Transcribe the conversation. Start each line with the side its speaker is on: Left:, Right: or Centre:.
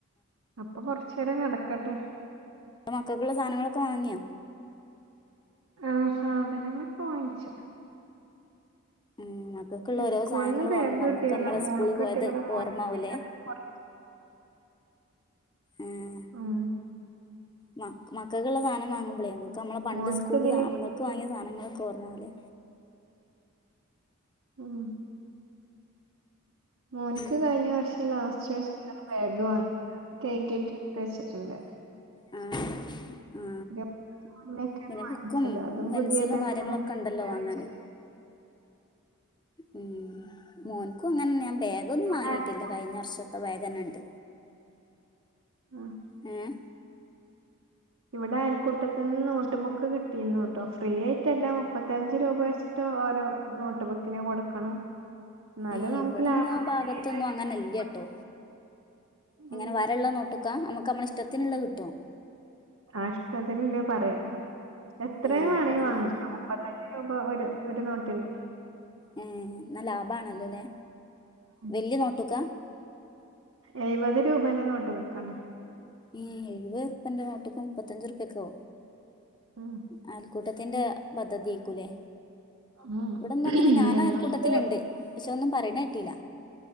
Right: അപ്പൊ കൊർച്ചേരം കെടക്കട്ടെ
Left: ഇപ്പോ മക്കക്ക്ള്ള സാനങ്ങളൊക്കെ വാങ്ങിയ
Right: ആ സാധനങ്ങളൊക്കെ വാങ്ങിച്ച്
Left: ഉം മക്കക്ക്ള്ള ഓരോ
Right: സ്കൂളിന്ന്
Left: സാനങ്ങള്
Right: ബാഗ്
Left: വാങ്ങുമ്പോ
Right: കിട്ടിക്കണ്
Left: നമ്മുക്ക് നമ്മളെ
Right: മോൾക്ക്
Left: സ്കൂള്
Right: കിട്ടിക്കണ്
Left: പോയത് ഓർമ്മകൂലേ
Right: മോൻക്ക് പിന്നെ അതിനെ കുറിച്ച്
Left: ഉം
Right: ഉം
Left: മ മക്കക്കുള്ള സാനം വാങ്ങുമ്പോളേ നമ്മുക്ക് നമ്മള പണ്ട്
Right: മോൻക്ക്
Left: സ്കൂൾക്ക്
Right: ഇതിനെ
Left: സ അമ്മക്ക്
Right: കുറിച്ച്
Left: വാങ്ങിയ സാനങ്ങളൊക്കെ ഓർമ്മാകും ലേ
Right: ഉം മോൻക്ക്
Left: ഉം.
Right: കഴിഞ്ഞ വർഷം ലാസ്റ്റ് വെച്ചിട്ടാണ് ബാഗ് വാങ്ങിയത് അപ്പൊ കഴ്കീട്ട് ട്ത്ത് വെച്ചിട്ടുണ്ട്
Left: ആ ആ
Right: ഇതിന്റെ മുന്നേക്കാണ്
Left: പിന്നെ
Right: വാങ്ങിച്ചത്
Left: ബുക്കും
Right: അതും
Left: പെൻസിലും
Right: പുതിയതന്നെയാണ്
Left: കാര്യങ്ങളൊക്കെ ണ്ട് അതല്ലോ
Right: ഉപയോഗിച്ചിട്ട്
Left: വാങ്ങാന് ഉം മോൻക്കു അങ്ങനെന്നെ ഞാൻ ബേഗൊന്നും
Right: ഇവിടെ
Left: വാങ്ങിയിട്ടില്ല
Right: അയൽ-
Left: കഴിഞ്ഞ വർഷത്തെ ബാഗന്നെണ്ട്
Right: ഉം
Left: ഏ
Right: ഇവിടേണ് കുട്ടത്ത്ന്ന് നോട്ട് ബുക്ക് കിട്ടീന്നു കെട്ടോ ഫ്രീ ആയിട്ടല്ല മുപ്പത്തഞ്ച് രൂപ വെച്ചിട്ട് ഓരോ നോട്ട് ബുക്കിന് കൊടുക്കണം എന്നാലും
Left: ഏ
Right: നമുക്ക്
Left: ഇബടെന്ന
Right: ലാഭം
Left: ആ
Right: തന്നെ
Left: ഭാഗത്തൊന്നും
Right: ഏഴായിരം
Left: അങ്ങനെല്ല്യ
Right: രൂപേന്റെ നോട്ട്
Left: ട്ടോ
Right: ബുക്ക്.
Left: എങ്ങനെ
Right: ഉം
Left: വരള്ള നോട്ട്ക്ക അമുക്ക് അമ്മള ഇഷ്ട്ടത്തിന്ള്ളത് കിട്ടോ
Right: ആ ഇഷ്ട്ടത്തില് ള്ളത് പറയാം എത്രയും
Left: ഏഹ്
Right: വേണെങ്കി
Left: ഇവിടന്ന്
Right: വാങ്ങിക്കാം മുപ്പത്തഞ്ച് രൂപ ഒരു ഒര് നോട്ടിന്
Left: ഏ ഇന്ന ലാഭാണല്ലോ ലേ
Right: ഉം.
Left: വല്ല്യ നോട്ട്ക്ക
Right: എഴുപത് രൂപേന്റെ നോട്ട് ബുക്കാണ്
Left: ഏ എഴ് വത്ർപ്യന്റെ നോട്ട്ക്ക് മുപ്പത്തഞ്ച് ർപ്യക്കോ
Right: ആഹ്
Left: അയൽ ക്കൂട്ടത്തിന്റെ പദ്ധതിയേൽക്കു ലേ
Right: ആഹ്
Left: ഇവിടൊന്നും അങ്ങനെ ഞാനയൽക്കൂട്ടത്തില്ണ്ട്
Right: ഞങ്ങൾക്ക്
Left: പക്ഷെ ഒന്നും പറയ്ണേട്ടീല